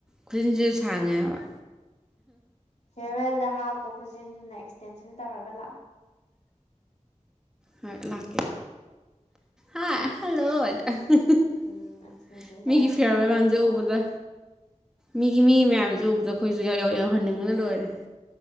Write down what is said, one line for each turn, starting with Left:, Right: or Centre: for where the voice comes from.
Centre: ꯈꯨꯖꯤꯟꯁꯦ ꯁꯥꯡꯉꯦ ꯍꯥꯏꯕ
Left: ꯐꯦꯔꯋꯦꯜꯗ ꯍꯥꯞꯄꫭ ꯈꯨꯠꯆꯤꯟꯗꯨꯅ ꯑꯦꯛꯁꯇꯦꯟꯁꯟ ꯇꯧꯔꯒ ꯂꯥꯛꯑꯣ
Centre: ꯍꯣꯏ ꯂꯥꯛꯀꯦ ꯍꯥꯏ ꯍꯜꯂꯣ ꯍꯏꯖ ꯃꯤꯒꯤ
Left: ꯎꯝ ꯑꯦꯛꯁꯇꯦꯟꯁꯟ ꯇꯧꯔꯒ
Centre: ꯐꯦꯌꯥꯔꯋꯦꯜ
Left: ꯍꯥꯏ
Centre: ꯃꯌꯥꯝꯖꯦ
Left: ꯅꯣ
Centre: ꯎꯕꯗ ꯃꯤꯒꯤ ꯃꯤ ꯃꯌꯥꯝꯖꯨ ꯎꯕꯗ ꯑꯈꯣꯏꯖꯨ ꯌꯧꯍꯟꯅꯤꯡꯕꯅ ꯂꯣꯏꯔꯦ